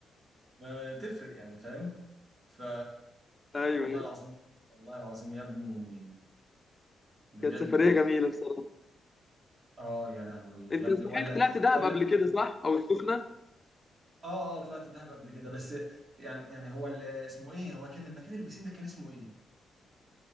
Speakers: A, on the right; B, on the left.
A: ما تفرق يعني فاهم ف
B: ايوه
A: والله
B: أيوة.
A: العظيم والله العظيم يا ابني بجد
B: كانت سفرية جميلة بصراحة
A: اه يا لهوي يا
B: انت
A: ابني
B: صحيح
A: ولا
B: طلعت دهب
A: ولا
B: قبل كده صح او السخنة
A: اه اه طلعت دهب قبل كده بس يعني يعني هو اللي اسمه ايه هو كان المكان اللي بيسين ده كان اسمه ايه